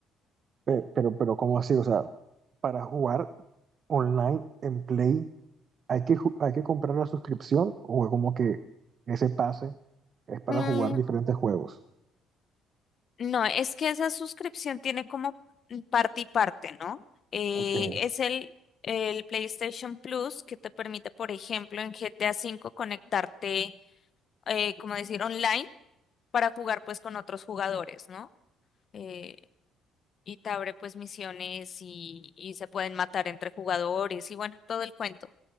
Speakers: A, on the right; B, on the left.
A: Pe- pero, pero, ¿cómo así? O sea, para jugar online en Play, ¿hay que, ju- hay que comprar la suscripción o es como que ese pase es para
B: Mm,
A: jugar diferentes juegos?
B: No, es que esa suscripción tiene como parte y parte, ¿no? Eh,
A: Ok,
B: es el, el PlayStation Plus que te permite, por ejemplo, en GTA V conectarte, eh, como decir, online para jugar pues con otros jugadores, ¿no? Eh, y te abre pues misiones y, y se pueden matar entre jugadores y bueno, todo el cuento.